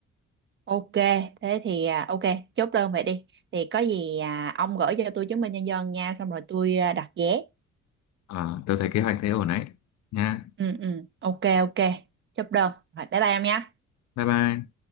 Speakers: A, on the right; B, on the left.
A: ok thế thì à, ok chốt đơn vậy đi thì có gì à, ông gửi cho tôi chứng minh nhân dân nha xong rồi tôi à, đặt vé
B: Ờ, tôi thấy kế hoạch thế ổn đấy. Nha.
A: ừ ừ ok ok chốt đơn rồi bye bye em nhé
B: Bye bye.